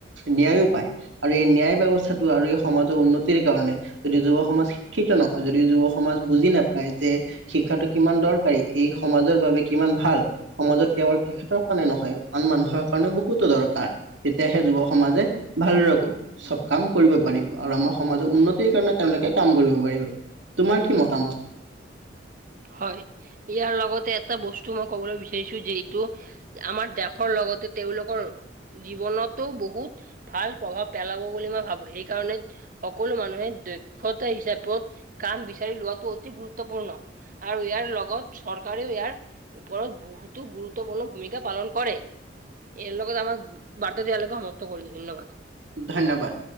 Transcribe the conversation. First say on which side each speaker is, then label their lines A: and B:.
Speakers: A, on the right; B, on the right.
A: ন্যায়ো পায়। আৰু এই ন্যায় ব্যৱস্থাটো আৰু এই সমাজৰ উন্নতিৰ কাৰণে যদি যুৱ সমাজ- শিক্ষিত নহয়, যদি যুৱ সমাজ বুজি নাপায় যে- শিক্ষাটো কিমান দৰকাৰী এই সমাজৰ বাবে কিমান ভাল। সমাজত কেৱল তেখেতৰ কাৰণে নহয়, আন মানুহৰ কাৰণেও বহুতো দৰকাৰ। তেতিয়াহে যুৱক সমাজে ভালদৰে কব। চব কাম কৰিব পাৰিব আৰু আমাৰ সমাজৰ উন্নতিৰ কাৰণে তেওঁলোকে কাম কৰিব পাৰিব। তোমাৰ কি মতামত?
B: হয় ইয়াৰ লগতে এটা বস্তু মই ক'বলৈ বিচাৰিছো যে এইটো আমাৰ দেশৰ লগতে তেওঁলোকৰ জীৱনতো বহুত ভাল প্ৰভাৱ পেলাব বুলি মই ভাবো সেইকাৰণে সকলো মানুহে দক্ষতা হিচাপত কাম বিচাৰি লোৱাটো অতি গুৰুত্বপূৰ্ণ। আৰু ইয়াৰ লগত চৰকাৰেও ইয়াৰ ওপৰত বহুতো গুৰুত্বপূৰ্ণ ভূমিকা পালন কৰে। ইয়াৰ লগত আমাৰ বাৰ্তা দিয়ালোকে সমাপ্ত কৰিল ধন্যবাদ।
A: ধন্যবাদ।